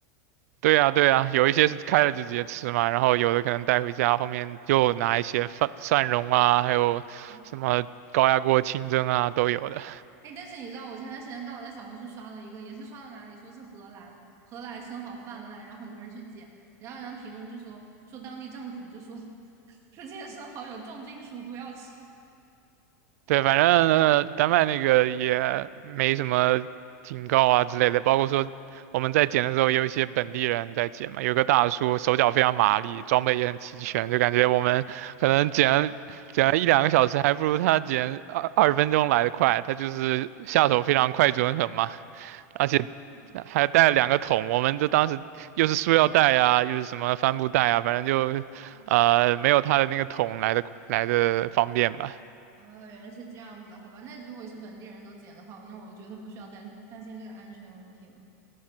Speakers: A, on the right; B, on the right.
A: 对啊，对啊，有一些是开了就直接吃嘛，然后有的可能带回家，后面又拿一些蒜蒜蓉啊，
B: 对
A: 还有什么高压锅清蒸啊，
B: 啊
A: 都有的。
B: 哎，但是你知道，我前段时间刚好在小红书刷到一个，也是刷到哪里说是荷兰，荷兰生蚝泛滥，然后很多人去捡，然后然后评论就说说当地政府就说 <laughs> 说这些生蚝有重金属，不要吃。
A: 对，反正呃丹麦那个也没什么警告啊之类的，包括说我们在捡的时候，也有一些本地人在捡嘛，有个大叔手脚非常麻利，装备也很齐全，
B: 嗯。
A: 就感觉我们可能捡了捡了一两个小时，还不如他捡二二十分钟来的快，他就是下手非常快准狠嘛，
B: 嗯哦，哦这样子，
A: 而且还带了两个桶，我们这当时又是塑料袋啊，又是什么帆布袋啊，反正就呃没有他的那个桶来的来的方便吧。
B: 嗯哦，原来是这样子，好吧。那如果是本地人都捡的话，那我觉得不需要担担心这个安全问题了。